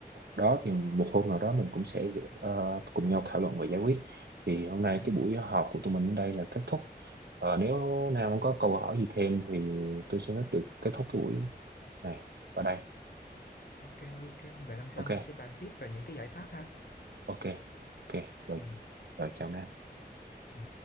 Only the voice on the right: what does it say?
đó thì một hôm nào đó mình cũng sẽ ờ, cùng nhau thảo luận và giải quyết thì hôm nay
cái buổi họp của tụi mình đến đây là kết thúc Ờ, nếu Nam không có câu hỏi gì thêm thì tôi xin phép được kết thúc cái buổi này ở đây
ok
ok ok rồi,
rồi chào Nam